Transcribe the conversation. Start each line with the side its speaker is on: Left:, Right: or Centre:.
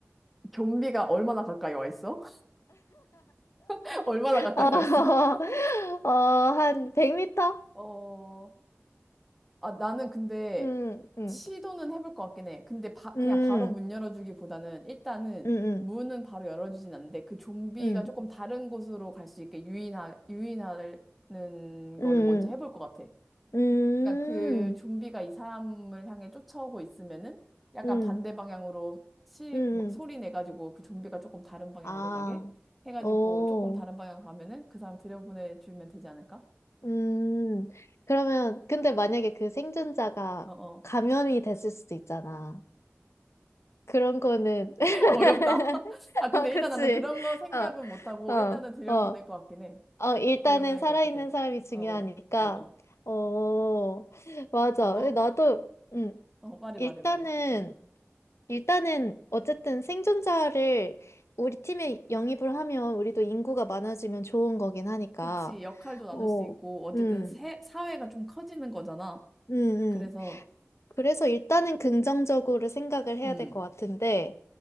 Centre: 좀비가 얼마나 가까이 와 있어? <laughs> 얼마나 가까이
Left: 어,
Centre: 와
Left: <laughs>
Centre: 있어? <laughs>
Left: 어, 한 100m?
Centre: 어, 아, 나는 근데
Left: 음, 음,
Centre: 시도는 해볼 것 같긴 해. 근데 바,
Left: 음,
Centre: 그냥 바로 문 열어주기보다는 일단은
Left: 음,
Centre: 문은 바로 열어주진 않는데 그 좀비가
Left: 음,
Centre: 조금 다른 곳으로 갈 수 있게 유인하, 유인하는 거를
Left: 음,
Centre: 먼저 해볼 것 같아.
Left: 음, 음,
Centre: 그러니까 그 좀비가 이 사람을 향해 쫓아오고 있으면은 약간
Left: 음,
Centre: 반대
Left: 음.
Centre: 방향으로 시,
Left: 음.
Centre: 막 소리 내가지고 그 좀비가 조금 다른 방향으로
Left: 아,
Centre: 가게 해가지고
Left: 오,
Centre: 조금 다른 방향으로 가면은 그 사람 들여보내주면 되지 않을까?
Left: 음. 그러면, 근데 만약에 그 생존자가
Centre: 어어.
Left: 감염이 됐을 수도 있잖아. 그런 거는, <laughs>
Centre: 어렵다. <laughs> 아, 근데
Left: 어, 그치.
Centre: 일단 나는 그런 거 생각은
Left: 어,
Centre: 못하고,
Left: 어,
Centre: 일단은 들여보낼
Left: 어.
Centre: 것 같긴 해.
Left: 어, 일단은
Centre: 들여보낼
Left: 살아있는
Centre: 것 같아.
Left: 사람이 중요하니까.
Centre: 어, 어, 어, 어.
Left: 어, 맞아.
Centre: 아, 너,
Left: 나도, 음,
Centre: 어, 말해,
Left: 일단은,
Centre: 말해, 말해. 어.
Left: 일단은, 어쨌든 생존자를 우리 팀에 영입을 하면 우리도 인구가 많아지면 좋은 거긴 하니까.
Centre: 그치, 역할도 나눌
Left: 어,
Centre: 수 있고, 어쨌든
Left: 음,
Centre: 새, 사회가 좀 커지는 거잖아.
Left: 음, 음.
Centre: 그래서,
Left: 그래서 일단은 긍정적으로 생각을 해야
Centre: 음,
Left: 될 것 같은데,